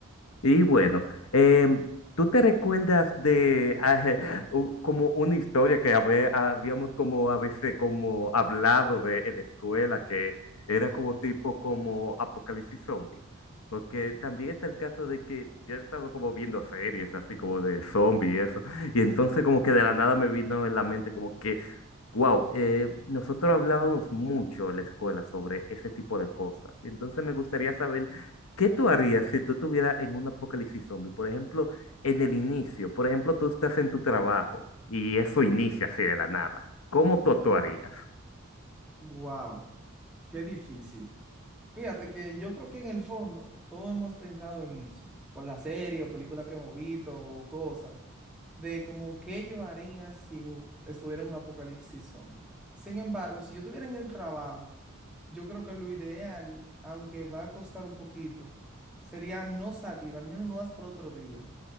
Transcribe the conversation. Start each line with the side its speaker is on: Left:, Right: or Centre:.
Left: Y bueno, em, ¿tú te recuerdas de ah, <laughs> u- como una historia que habe- habíamos como a veces como hablado de en la escuela que era como tipo como apocalipsis zombie? Porque también está el caso de que yo he estado como viendo series así como de zombie y eso, y entonces como que de la nada me vino en la mente como que, wow, nosotros hablábamos mucho en la escuela sobre ese tipo de cosas, y entonces me gustaría saber ¿Qué tú harías si tú estuvieras en un apocalipsis zombie? Por ejemplo, en el inicio, por ejemplo, tú estás en tu trabajo y eso inicia así de la nada. ¿Cómo tú actuarías?
Centre: Wow, qué difícil. Fíjate que yo creo que en el fondo todos hemos pensado en eso, por la serie o película que hemos visto o cosas, de como qué yo haría si u- estuviera en un apocalipsis zombie. Sin embargo, si yo estuviera en el trabajo, yo creo que lo ideal, aunque va a costar un poquito, sería no salir, al menos no hasta el otro día,